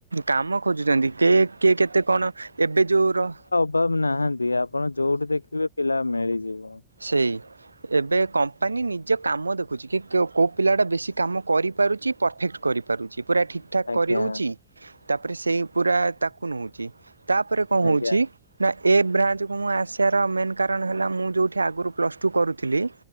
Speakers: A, on the right; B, on the left.
A: କାମ ଖୋଜୁଛନ୍ତି, କେ -କେ -କେତେ କଣ ଏବେ ଯୋଉର
B: ସମ୍ଭବ ନାହାନ୍ତି, ଆପଣ ଯୋଉଠି ଦେଖିବେ ପିଲା ମିଳିଯିବ।
A: ସେଇ ଏବେ କମ୍ପାନୀ ନିଜ କାମ ଦେଖୁଛି, କି କୋଉ ପିଲାଟା ବେଶୀ କାମ କରିପାରୁଚି? ପରଫେକ୍ଟ କରିପାରୁଚି, ପୁରା ଠିକ୍। ଠାକ୍
B: ଆଜ୍ଞା
A: କରିହଉଛି, ତାପରେ ସେଇ ପୁରା ତାକୁ ନଉଛି। ତାପରେ କଣ ହଉଛି
B: ଆଜ୍ଞା
A: ନା ଏ ବ୍ରାଞ୍ଚକୁ ମୁଁ ଆସିବାର ମେନ୍ କାରଣ ହେଲା, ମୁଁ ଯୋଉଠି ଆଗରୁ ପ୍ଲସ ଟୁ କରୁଥିଲି